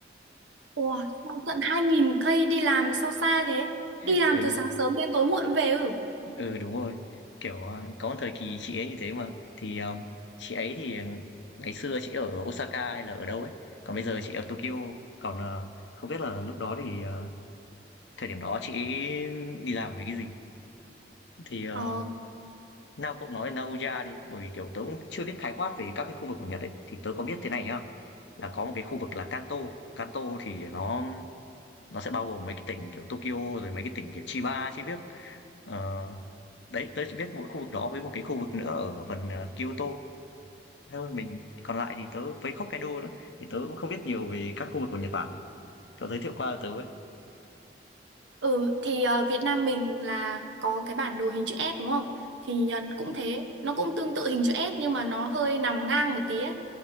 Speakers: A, on the right; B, on the left.
A: Ủa, sao tận 2.000 cây đi làm sao xa thế
B: <laughs>
A: đi làm
B: ừ
A: từ sáng sớm đến tối muộn về ừ
B: ừ đúng rồi kiểu ờ, có một thời kỳ chị ấy như thế mà thì ờ, chị ấy thì ngày xưa chị ở Osaka hay là ở đâu ấy còn bây giờ chị ở Tokyo còn ờ, không biết là lúc đó thì ờ, thời điểm đó chị ấy đi làm về cái gì thì ờ,
A: ờ
B: nào cậu nói Naoya đi bởi vì kiểu tớ cũng chưa biết khái quát về các cái khu vực của Nhật ấy thì tớ có biết thế này nhá là có một cái khu vực là Kanto Kanto thì nó nó sẽ bao gồm mấy cái tỉnh kiểu Tokyo rồi mấy cái tỉnh kiểu Chiba chi biết Ờ, đấy tớ chỉ biết mỗi khu vực đó với một cái khu vực nữa ở phần ờ, Kyoto thôi mình còn lại thì tớ với Hokkaido nữa thì tớ cũng không biết nhiều về các khu vực của Nhật Bản cậu giới thiệu qua cho tớ ấy
A: Ừ thì ờ, Việt Nam mình là có cái bản đồ hình chữ S đúng không? Thì Nhật cũng thế, nó cũng tương tự hình chữ S nhưng mà nó hơi nằm ngang một tí ấy.